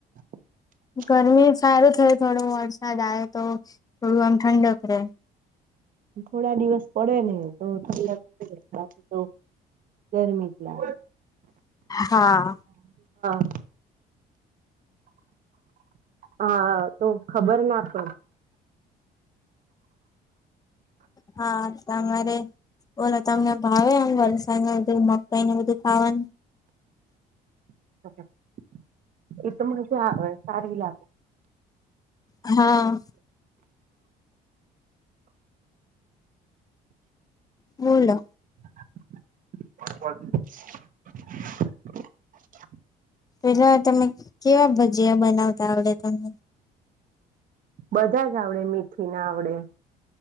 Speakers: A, on the right (about 50°); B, on the left (about 20°).
A: <inaudible>
B: ગરમી સારું થય થોડો વરસાદ આવે તો થોડું આમ ઠંડક રે
A: થોડા દિવસ પડે ને તો બાકી તો <unintelligible> મીટલા
B: હા
A: <inaudible> હા તો ખબર ના પ
B: હા તમારે બોલો તમને ભાવે એમ વરસાદ બધું મકાઈ ને બધું ખાવાનું
A: <inaudible> એ તો <unintelligible> સારી લાગે
B: હા બોલો
A: <unintelligible>
B: પેલા તમે કેવા ભજીયા બનાવતા આવડે તમને
A: બધા જ આવડે મીઠી ના આવડે